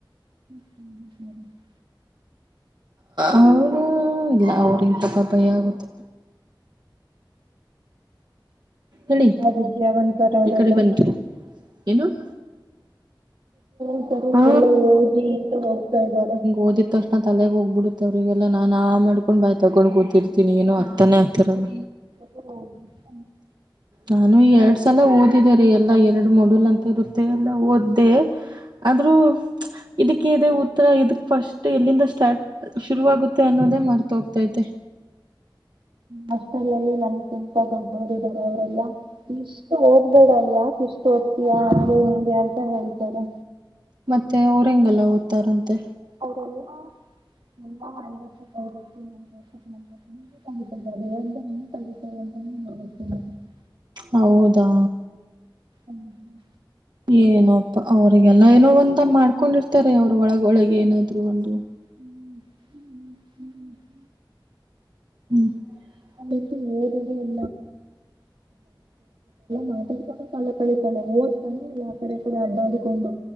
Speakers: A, on the right; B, on the right.
A: <unintelligible> <unintelligible>
B: ಅವನು ಇಲ್ಲ <unintelligible> ಭಯ ಆಗುತ್ತೆ ಹೇಳಿ
A: ಅದಿಕ್ಕೆ ಏನಂತಾರೆ ಅವರೆಲ್ಲ
B: ಈ ಕಡೆ ಬನ್ರಿ
A: <unintelligible> <unintelligible>
B: ಏನು
A: <unintelligible>
B: ಹಾ
A: ಎಲ್ಲ ಓದಿ ಈಹೋಗ್ತಾ ಇದ್ದಾರೆ <unintelligible>
B: ಓದಿತ್ತು <unintelligible> ನಾ ತಲೆಗ್ ಹೋಗ್ಬಿಡುತ್ತೆ ಅವ್ರರಿಗೆಲ್ಲ ನಾ ಆ ಮಾಡ್ಕೊಂಡ ಬಾಯಿ ತೊಗೊಂಡ್ ಕೂತಿದಿ <unintelligible> ಏನು ಅರ್ಥನೇ ಆಗ್ತಿರಲ್ಲ
A: <unintelligible> <unintelligible>
B: ನಾನು ಈ <unintelligible> <unintelligible> <unintelligible> ಓದಿದಿದ್ದಾರೆ ಎಲ್ಲ ಎರಡು ಮೊರು ಅಂತ ಇರುತ್ತೆ ಎಲ್ಲ ಓದ್ದೆ ಆದ್ರೂ ಇದಕ್ಕೆ ಇದೆ ಉತ್ತರ ಇದಕ್ ಫಸ್ಟ್ ಎಲ್ಲಿಂದ ಸ್ಟಾರ್ಟ ಶುರುವಾಗುತ್ತೆ ಅನ್ನೋದೇ ಮರ್ತ ಹೋಗ್ತೈತೆ
A: ಹಾಸ್ಟೆಲಲ್ಲಿ ನಮಕಿಂತ ದೊಡ್ಡ <unintelligible> <unintelligible> ಅವರೆಲ್ಲಾ ಇಷ್ಟು ಓದ್ಬೇಡ ಯಾಕ್ ಇಷ್ಟ ಓತ್ತಿಯಾ ಅಂಗೂ ಹಿಂಗೆ ಅಂತ ಹೇಳ್ತಾರೆ
B: ಮತ್ತೆ ಅವರೆಂಗೆಲ್ಲ ಓದ್ತಾರಂತೆ
A: ಅವರೆಲ್ಲಾ <unintelligible> <unintelligible> <unintelligible> <unintelligible> <unintelligible> <unintelligible>
B: ಹೌದಾ
A: ಹ್ಮ <unintelligible>
B: ಏನಪ್ಪ ಅವ್ರಿಗೆಲ್ಲ ಏನೋ ಒಂದ ಮಾಡ್ಕೊಂಡಿರ್ತಾರೆ ಅವ್ರ ಒಳಗೊಳಗೆ ಏನಾದ್ರು ಒಂದು
A: <unintelligible> <unintelligible> <unintelligible>
B: ಹ್ಮ್ <unintelligible>
A: <unintelligible> <unintelligible> <unintelligible> ಮಾತಾಡ್ಕೊಂಡ ತಲ್ಲ ಕಳಿತಲ್ಲ ಓದ್ತಾನೆ ಇಲ್ಲ ಆತರೆ ಕೂಡ ಅಡ್ಡಾಡಿಕೊಂಡು